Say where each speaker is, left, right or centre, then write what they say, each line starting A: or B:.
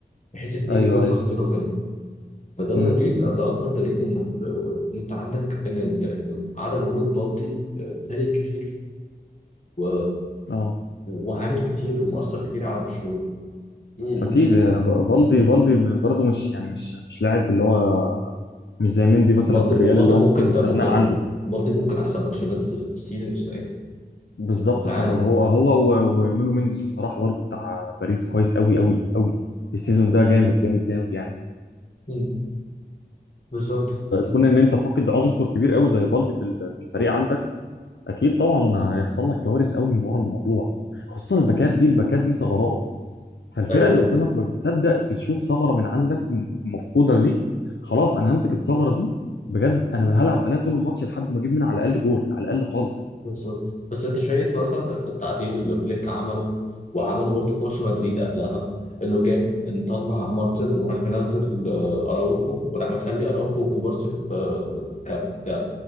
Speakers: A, on the left; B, on the left.
A: بحيث اتنين
B: ايوه
A: يكونوا
B: ايوه
A: ماسكين رافينيا فده
B: امم
A: دليل ده اكبر دليل ان ال- ان انت عندك ان إن- إن عدم وجود بالدي آه، فارق كتير و...
B: اه
A: وعامل كتير ومؤثر كتير على برشلونه مم،
B: اكيد
A: مش عارف.
B: يا ب- بالدي
A: مم.
B: بالدي ب- برضه مش يعني مش مش لاعب اللي هو مش زي مندي مثلا
A: بالدي
B: في الريال
A: بالدي
B: اللي هو
A: ممكن
B: ممكن استغناء
A: ده ممكن
B: عنده
A: بالدي ممكن احسن باك شمال في في السيزون السنه دي
B: بالظبط
A: في في العالم
B: حصل هو هو و- ونونو مندش بصراحه برضه بتاع باريس كويس قوي قوي قوي السيزون ده جامد جامد جامد يعني
A: مم. بالظبط مم.
B: كون ان انت فاقد عنصر كبير قوي زي بالدي في ال- في الفريق عندك اكيد طبعا هيحصل لك كوارث قوي من ورا الموضوع خصوصا الباكات دي الباكات دي ثغرات فالفرقه
A: ايوه
B: اللي قدامك ما بتصدق تشوف ثغره من عندك م- مفقوده ليك خلاص انا همسك الثغره دي بجد انا هلعب عليها طول الماتش لحد ما اجيب منها على الاقل جول على الاقل خالص
A: بالظبط بس انت شايف مثلا التعديل اللي فليك عمله وعمله برضه في ماتش مدريد قبلها انه جاب نطلع مارتن وراح منزل آه، اراوخو وراح مخلي اراوخو وكوبارسي في آه، ك ك